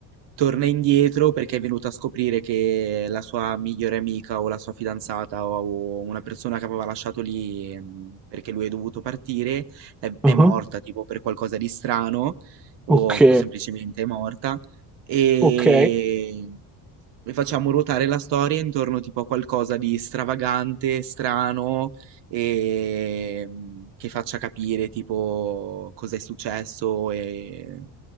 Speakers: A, on the right; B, in the centre.
A: torna indietro perché è venuto a scoprire che la sua migliore amica o la sua fidanzata o o una persona che aveva lasciato lì ehm, perché lui è dovuto partire è,
B: Mhm.
A: è morta tipo per qualcosa di strano
B: Ok,
A: o semplicemente è morta e,
B: ok.
A: e facciamo ruotare la storia intorno tipo a qualcosa di stravagante, strano e mm, che faccia capire tipo cosa è successo e